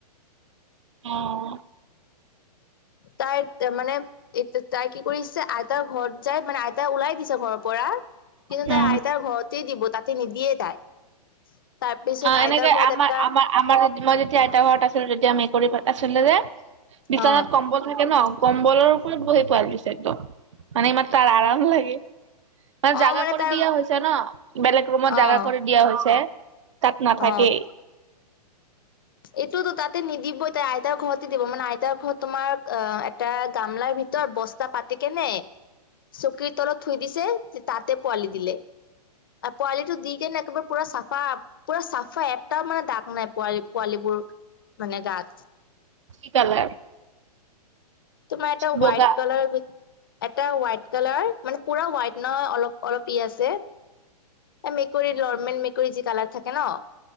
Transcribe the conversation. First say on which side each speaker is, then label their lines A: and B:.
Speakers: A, on the right (about 45°); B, on the left (about 35°).
A: অঁ।
B: তাই তাৰমানে এতিয়া তাই কি কৰিছে আইতাৰ ঘৰত যাই মানে আইতাই ওলাই দিছে ঘৰৰ পৰা কিন্তু তাই
A: উম।
B: আইতাৰ ঘৰতেই দিব তাতে নিদিয়ে তাই, তাৰ পিছত
A: অ', এনেকে
B: আইতাৰ ঘৰত
A: আমাৰ
B: এটা
A: আমাৰ আৰু মই যেতিয়া আইতা ঘৰত আছিলো তেতিয়া মেকুৰী পোৱালি আছিলে যে বিচনাত
B: অ
A: কম্বল থাকে ন কম্বলৰ ওপৰত বহি পোৱালি দিছে একদম মানে ইমান তাৰ আৰাম লাগে। তাৰ
B: অ
A: জাগা
B: মানে
A: কৰি
B: তাৰ
A: দিয়া হৈছে ন বেলেগ ৰুমত জাগা
B: অ
A: কৰি দিয়া হৈছে তাত নাথাকেই।
B: অ এইটোতো তাতে নিদিবই তাই আইতাৰ ঘৰতে দিব মানে আইতাৰ ঘৰত তোমাৰ অ এটা গামলাৰ ভিতৰত ব তাত পাতি কেনে চকীৰ তলত থৈ দিছে তাতে পোৱালি দিলে। আৰু পোৱালিটো দি কিনে একেবাৰে পুৰা চাফা পুৰা চাফা একটাও মানে দাগ নাই পোৱালি পোৱালিবোৰ মানে গাত
A: কি কালাৰ?
B: তোমাৰ এটা হোৱাইট
A: বগা।
B: কালাৰ এটা হোৱাইট কালাৰ মানে পুৰা হোৱাইট নহয় অলপ অলপ পি আছে এ মেকুৰীৰ নৰ্মেল মেকুৰী যি কালাৰ থাকে ন